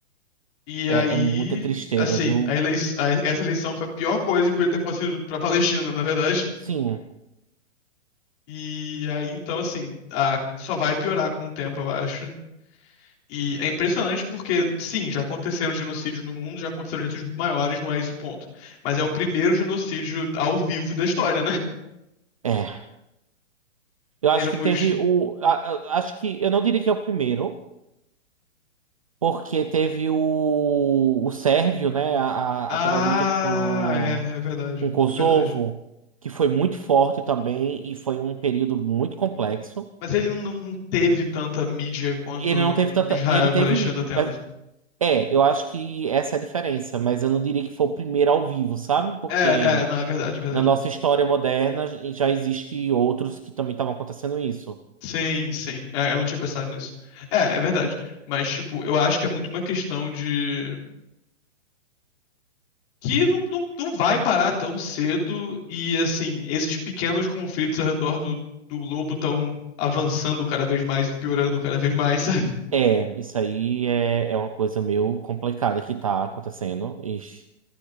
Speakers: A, on the left (about 20°); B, on the right (about 30°).
A: E
B: é,
A: aí,
B: é muita tristeza,
A: assim,
B: viu?
A: a elei a- essa eleição foi a pior coisa que podia ter acontecido pra Palestina, na verdade.
B: Sim,
A: E aí, então, assim, a- só vai piorar com o tempo, eu acho. E é impressionante porque, sim, já aconteceram genocídios no mundo, já aconteceram genocídios muito maiores, não é esse o ponto. Mas é o primeiro genocídio ao vivo da história, né? <laughs>
B: é. Eu acho
A: Em Termos.
B: que teve o. a- a- acho que eu não diria que é o primeiro. Porque teve o, o Sérvio, né? A,
A: Ah,
B: a- aquela luta com,
A: é, é verdade,
B: com Kosovo,
A: é verdade.
B: que foi muito forte também e foi um período muito complexo.
A: Mas ele não teve tanta mídia quanto
B: Ele não teve tanta.
A: Israel
B: Ele
A: e
B: teve.
A: Palestina tá tendo.
B: mas- É, eu acho que essa é a diferença, mas eu não diria que foi o primeiro ao vivo, sabe? Porque
A: É, é, não, é verdade, é verdade.
B: na nossa história moderna já existe outros que também estavam acontecendo isso.
A: Sim, sim. É, eu não tinha pensado nisso. É, é verdade. Mas, tipo, eu acho que é muito uma questão de. que não, não, não vai parar tão cedo e assim, esses pequenos conflitos ao redor do, do globo estão avançando cada vez mais e piorando cada vez mais, <laughs> sabe?
B: É, isso aí é, é uma coisa meio complicada que tá acontecendo. Ixi.